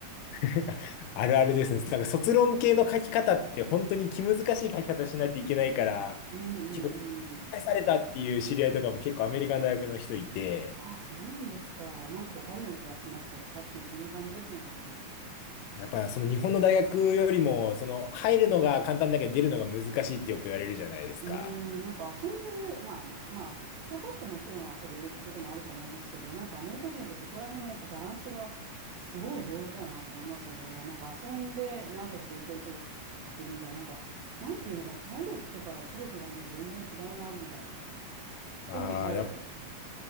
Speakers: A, on the left; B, on the right.
A: <laughs> あるあるですね。なんか卒論系の書き方って本当に気難しい書き方しないといけないから、
B: うんうんうん。
A: 結構、されたっていう知り合いとかも結構アメリカの大学の人いて、
B: あ、そうなんですか。なんかわかるような気がしますよ。確かにそんな感じですね。
A: やっぱその日本の大学よりも、その入るのが簡単だけど出るのが難しいってよく言われるじゃないですか。
B: うーん、なんか遊んでる、まあまあ、ちょこっともちろん遊ぶこともあると思いますけど、なんかアメリカ人ってそこら辺のやっぱバランスがすごい上手だなと思いますよね。なんか遊んで、なおかつ勉強もすごくつするみたいな、なんか、なんていうのかな、体力とか知力がもう全然違うな、みたいな。
A: ああ、
B: 特に体力。
A: や